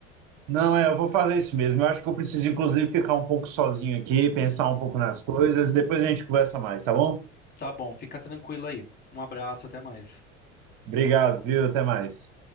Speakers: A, on the right; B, on the left.
A: Não, é, eu vou fazer isso mesmo. Eu acho que eu preciso, inclusive, ficar um pouco sozinho aqui, pensar
B: Uhum.
A: um pouco nas coisas, e depois a gente conversa mais, tá bom?
B: Tá bom, fica tranquilo aí. Um abraço, até mais.
A: Obrigado, viu? Até mais.